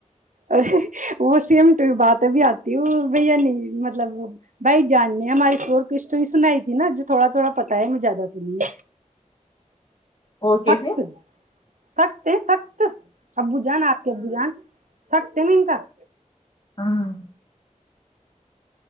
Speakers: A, on the right; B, on the left.
A: اورے وہ سی بات ابھی آتی وہ بھیا نہیں مطلب بھائی جاننے ہماراری شور کو اسٹوری سنائی تھی نا جو تھوا تھوڑ پتا ہے مجھےیادہ تو <inaudible>
B: وہ کیسے
A: سخت سخت ہے سخت <inaudible> ابو جان آپ کے ابو جان <inaudible> سکتے مین کا <inaudible>
B: ہاں <inaudible>